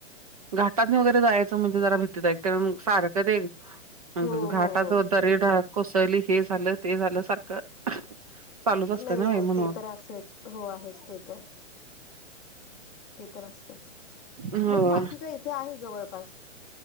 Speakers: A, on the right; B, on the left.
A: घाटातन वगैरे जायचं म्हणजे जरा भीतीदायक सारखं ते. अ
B: हो
A: घाटात
B: हो हो
A: दरेड कोसळली हे झालं ते झालं सारखं. चालूच असतं
B: नाही
A: ना
B: हो
A: म्हणून
B: ते तर असेच हो आहेच ते तर. ते तर असतच
A: हो
B: मग बाकी काय इथे आहे जवळपास.